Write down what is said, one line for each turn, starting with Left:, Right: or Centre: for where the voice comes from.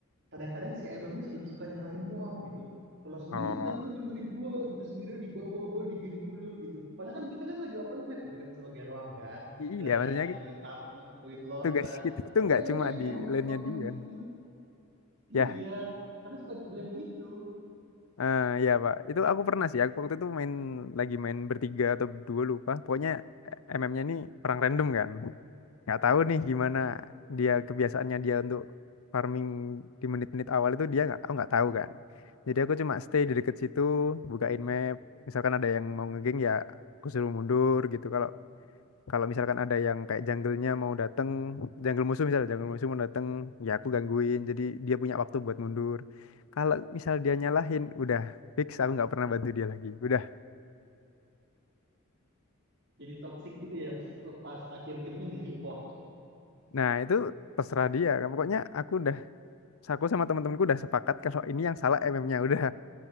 Right: kadang-kadang si MM ini sudah suka nyalahin Roam gitu. Kalau sendiri
Left: oh
Right: kenapa lu ninggalin gua gitu sendirian di bawah gua di geng mulu gitu. Padahal kan kita kan lagi open map gitu kan sebagai Roam kan,
Left: iya
Right: jalan-jalan
Left: maksudnya
Right: bantuin Tartan lah, bantuin Lord
Left: tugas
Right: lah.
Left: kita tuh
Right: Tapi
Left: nggak
Right: MM-nya
Left: cuma
Right: emang
Left: di
Right: emang
Left: lane-nya
Right: emang emang
Left: dia.
Right: gitu.
Left: Ya
Right: Iya, karena suka di blame gitu.
Left: Eh, ya Pak, itu aku pernah sih. Aku waktu itu main lagi main bertiga atau berdua lupa. Pokoknya eh, MM-nya ini perang random kan. Nggak tahu nih gimana dia kebiasaannya dia untuk farming di menit-menit awal itu dia nggak, aku nggak tahu kan. Jadi aku cuma stay di deket situ, bukain map. Misalkan ada yang mau ngegeng ya aku suruh mundur gitu. Kalau kalau misalkan ada yang kayak jungle-nya mau dateng, jungle musuh misalnya, jungle musuh mau dateng, ya aku gangguin. Jadi dia punya waktu buat mundur. Kalau misal dia nyalahin, udah fix aku nggak pernah bantu dia lagi. Udah.
Right: Jadi toxic gitu ya, terus eh, pas akhir gamenya di report.
Left: Nah, itu terserah dia. Pokoknya aku udah aku sama teman-temanku udah sepakat kalau ini yang salah MM-nya udah.